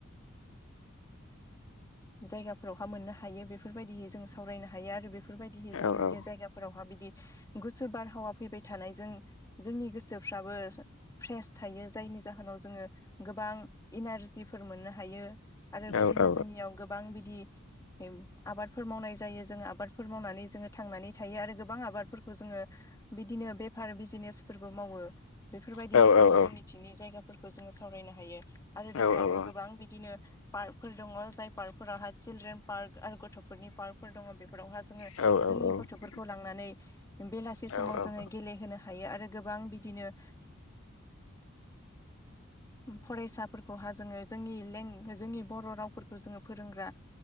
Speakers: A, on the left; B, on the left.
A: जायगाफोरावहा मोननो हायो बेफोरबायदिहै जों सावरायनो हायो आरो बेखौ बेफोरबायदिहै जोंनि
B: औ औ
A: जायगाफोरावहा बिदि गुसु बारहावा फैबाय थानायजों जोंनि गोसोफ्राबो फ्रेस थायो जायनि जाहोनाव जोङो गोबां इनारजिफोर मोननो हायो। आरो
B: औ
A: बिदिनो
B: औ
A: जोंनियाव गोबां बिदि एम आबाद फोर मावनाय जायो जोङो आबादफोर मावनानै जोङो थांनानै थायो आरो गोबां आबादफोरखौ जोङो बिदिनो बेफार बिजिनेसफोरबो मावो। बेफोरबायदिहै
B: औ औ
A: जोङो
B: औ
A: जोंनिथिंनि जायगाफोरखौ जोङो सावरायनो हायो। आरो
B: औ
A: दोंबावो गोबां बिदिनो पार्कफोर दङ जाय पार्कफोरावहाय सिलड्रेन पार्क आरो गथफोरनि पार्कफोर दङ बेफोरावहा जोङो
B: औ
A: जोंनि गथफोरखौ लांनानै बेलासि
B: औ
A: समाव
B: औ
A: जोङो गेलेहोनो हायो आरो गोबां बिदिनो फरायसाफोरखौहा जोङो जोंनि लें जोंनि बर रावफोरखौ जोङो फोरोंग्रा